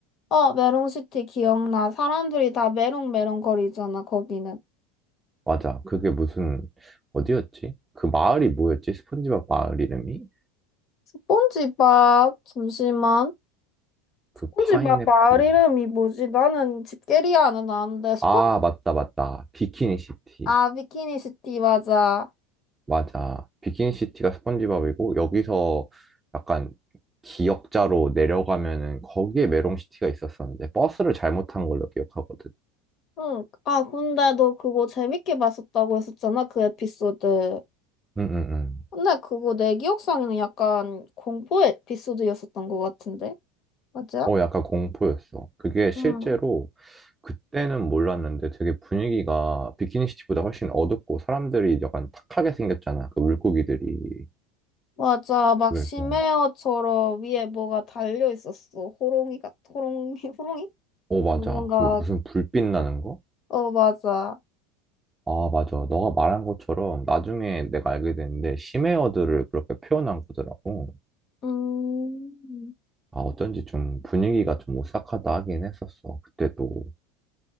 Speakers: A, on the left; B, on the right.
A: 어, 메롱시티 기억나. 사람들이 다 메롱메롱 거리잖아, 거기는.
B: 맞아. 그게 무슨, 어디였지? 그 마을이 뭐였지? 스폰지밥 마을 이름이?
A: 스폰지밥, 잠시만. 스폰지밥
B: 그 파인애플.
A: 마을 이름이 뭐지? 나는 집게리아는 아는데, 스폰지,
B: 아, 맞다, 맞다. 비키니 시티.
A: 아, 비키니시티, 맞아.
B: 맞아. 비키니 시티가 스폰지밥이고, 여기서 약간 기역자로 내려가면은 거기에 메롱 시티가 있었었는데, 버스를 잘못 탄 걸로 기억하거든.
A: 응. 아, 근데 너 그거 재밌게 봤었다고 했었잖아, 그 에피소드.
B: 응, 응, 응.
A: 근데 그거 내 기억상에는 약간 공포 에피소드였었던 것 같은데? 맞아?
B: 어, 약간 공포였어. 그게 실제로
A: 응.
B: 그때는 몰랐는데 되게 분위기가 비키니 시티보다 훨씬 어둡고 사람들이 약간 탁하게 생겼잖아. 그 물고기들이.
A: 맞아. 막
B: 그래서
A: 심해어처럼 위에 뭐가 달려 있었어. 호롱이 같, 호롱이, <laughs> 호롱이? 어,
B: 어 맞아
A: 뭔가,
B: 그 무슨 불빛 나는 거?
A: 어, 맞아.
B: 아 맞아 너가 말한 것처럼 나중에 내가 알게 됐는데 심해어들을 그렇게 표현한 거더라고
A: 음,
B: 아 어쩐지 좀 분위기가 좀 오싹하다 하긴 했었어 그때도